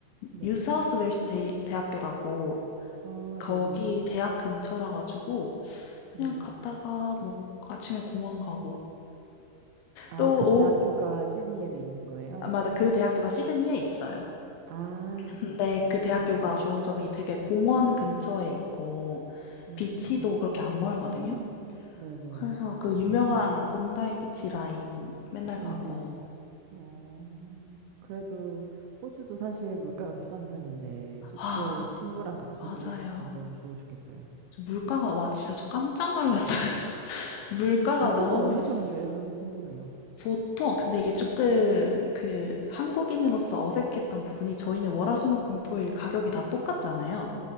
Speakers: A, on the right; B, on the left.
A: 네.
B: 뉴사우스 웨일스 대- 대학교라고
A: 어,
B: 거기
A: 네네.
B: 대학 근처라 가지고 그냥
A: 네.
B: 갔다가 뭐 아침에 공원 가고
A: 아,
B: 또
A: 그
B: 오후
A: 대학교가 시드니에도 있는 거예요?
B: 아, 맞아 그 대학교가 시드니에 있어요.
A: 아,
B: 근데
A: 그렇구나.
B: 그 대학교가
A: 네네.
B: 좋은 점이 되게 공원 근처에 있고
A: 음,
B: 비치도 그렇게 안 멀거든요.
A: 음, <gasps> 네네.
B: 그래서
A: 너무 좋겠다.
B: 그 유명한 본다이 비치 라인 맨날
A: 네.
B: 가고.
A: 어, 그래도 호주도 사실 물가가 비싼 편인데 숙소
B: 아,
A: 친구랑 같이
B: 맞아요.
A: 묵을 수 있어서 너무 좋으셨겠어요.
B: 저 물가가, 와, 진짜 저 깜짝 놀랐어요. <laughs> 물가가
A: 물가가
B: 너무
A: 어느
B: 비싸.
A: 정도예요? 너무 궁금해요.
B: 보통, 근데 이게 조금 그 한국인으로서 어색했던 부분이 저희는 월화수목금토일 가격이 다 똑같잖아요.